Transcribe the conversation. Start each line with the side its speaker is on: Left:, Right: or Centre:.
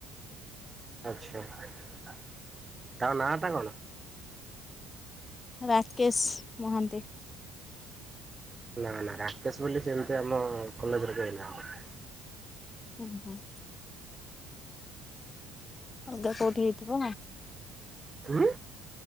Right: ଆଚ୍ଛା ତାର ନା ଟା କଣ।
Left: ରାକେଶ ମହାନ୍ତି।
Right: ନା ନା ରାକେଶ ବୋଲି ସେମିତି ଆମ କଲେଜରେ କେହି ନାଆନ୍ତି।
Left: ହୁଁ ହୁଁ। ଅଲଗା କୋଉଠି ହେଇଥିବ।
Right: ହୁଁ